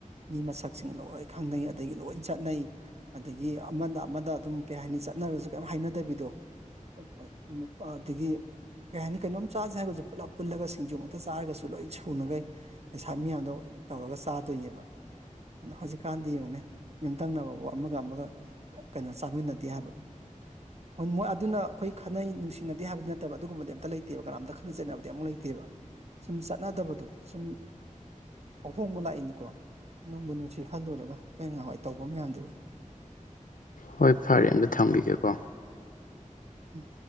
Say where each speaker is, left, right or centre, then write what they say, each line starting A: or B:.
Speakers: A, on the right; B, on the left.
A: ꯃꯤ ꯃꯁꯛꯁꯤꯡ ꯂꯣꯏ ꯈꯪꯅꯩ ꯑꯗꯒꯤ ꯂꯣꯏꯅ ꯆꯠꯅꯩ ꯑꯗꯒꯤ ꯒꯤ ꯑꯃꯅ ꯑꯃꯗ ꯑꯗꯨꯝ ꯀꯩ ꯍꯥꯏꯅꯤ ꯆꯠꯅꯔꯁꯨ ꯀꯩ ꯍꯥꯏꯅꯗꯕꯤꯗꯣ <unintelligible> ꯅꯨꯄꯥ ꯑꯗꯒꯤ ꯀꯩ ꯍꯥꯏꯅꯤ ꯀꯩꯅꯣꯝ ꯆꯥꯥꯁꯦ ꯍꯥꯏꯕꯁꯨ ꯄꯨꯂꯞ ꯄꯨꯜꯂꯒ ꯁꯤꯡꯖꯨꯃꯛꯇ ꯆꯥꯔꯒꯁꯨ ꯂꯣꯏ ꯁꯨꯅꯈꯩ ꯍꯥꯔ ꯃꯤꯌꯥꯝꯗꯣ ꯇꯧꯔꯒ ꯆꯥꯗꯣꯏꯅꯦꯕ ꯑꯗꯣ ꯍꯧꯖꯤꯛꯀꯥꯟꯗꯤ ꯌꯦꯡꯉꯨꯅꯦ ꯌꯨꯝꯊꯪꯅꯕꯕꯨ ꯑꯃꯒ ꯑꯃꯒ ꯀꯩꯅꯣ ꯆꯥꯃꯤꯟꯅꯗꯦ ꯍꯥꯏꯕ ꯍꯣꯏ ꯃꯣꯏ ꯑꯗꯨꯅ ꯑꯩꯈꯣꯏ ꯈꯠꯅꯩ ꯅꯨꯡꯁꯤꯅꯗꯦ ꯍꯥꯏꯕꯗꯤ ꯅꯠꯇꯕ ꯑꯗꯨꯒꯨꯝꯕꯗꯤ ꯑꯝꯇ ꯂꯩꯇꯦꯕ ꯀꯅꯥꯝꯇ ꯈꯠꯅ ꯆꯩꯠꯅꯕꯗꯤ ꯑꯃꯨꯛ ꯂꯩꯇꯦꯕ ꯁꯨꯝ ꯆꯠꯅꯗꯕꯗꯣ ꯁꯨꯝ ꯑꯍꯣꯡꯕ ꯂꯥꯛꯏꯅꯤꯀꯣ ꯅꯨꯡꯕꯨ ꯅꯨꯡꯁꯤ ꯈꯜꯂꯨꯔꯒ ꯑꯩꯈꯣꯏ ꯅꯍꯋꯥꯏ ꯇꯧꯕ ꯃꯌꯥꯝꯗꯨꯒ
B: ꯍꯣꯏ ꯐꯔꯦ ꯑꯝꯇ ꯊꯝꯒꯤꯒꯦꯀꯣ
A: ꯎꯝ